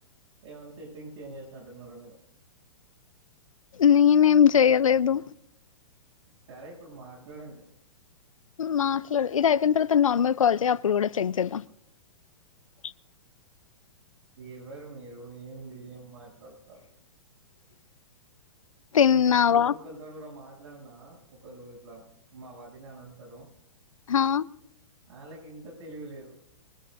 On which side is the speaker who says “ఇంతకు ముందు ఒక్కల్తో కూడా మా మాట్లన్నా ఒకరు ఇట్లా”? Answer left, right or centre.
Right